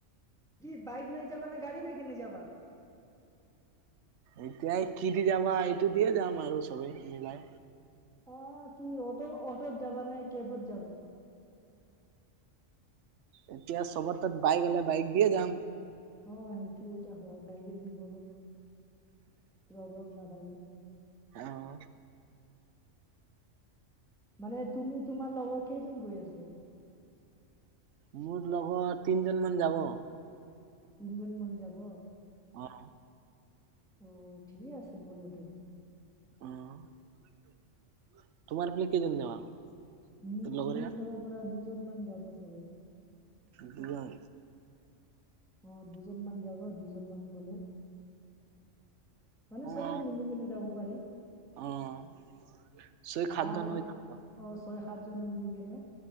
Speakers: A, in the centre; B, on the right.
A: কি বাইক লৈ যাবা নে গা়ড়ী লৈ কিনে যাবা।
B: এতিয়া কি দি যাবা এইটো দিয়ে যাম আৰু চবেই মিলাই।
A: অ' কি অ'ট অটত যাবা নে কেবত যাবা।
B: এতিয়া চবত তাত বাইক হ'লে বাইক দিয়ে যাম।
A: অ', সেইটো এটা হয় বাইকে দি ব প্ৰব্লেম নাথাকে।
B: অ'।
A: মানে তুমি তোমাৰ লগৰ কেইজন গৈ আছে।
B: মোৰ লগত তিনজন মান যাব।
A: তিনিজন মান যাব।
B: অ'।
A: অ' ঠিক আছে বলে তো।
B: অ', তোমাৰ পলে কেইজন যাবা।
A: মোৰ
B: তোৰ লগৰীয়া
A: মোৰ ফালৰ পৰা দুজন মান যাব চাগে।
B: দুজন।
A: অ', দুজন মান যাব দুইজনমানান বলে। মানে সবেই
B: অ
A: মিলি মিলি যাব পাৰি।
B: অ' চুই
A: ভাল
B: খাদ ধান হৈ <unintelligible>
A: অ' ছয় সাতজন মিলি কেনে